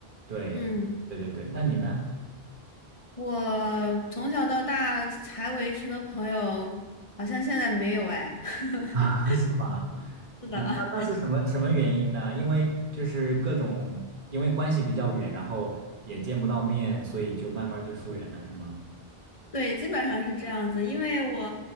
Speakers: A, on the right; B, on the left.
A: 对，
B: 嗯，
A: 对对对，那你呢？
B: 我从小到大还维持的朋友，好像现在没有哎。<laughs>
A: <laughs> 啊，是吗？
B: 是的，
A: 嗯，
B: <laughs>
A: 那那是什么什么原因呢？因为就是各种，因为关系比较远，然后也见不到面，所以就慢慢就疏远了，是吗？
B: 对，基本上是这样子。因为我，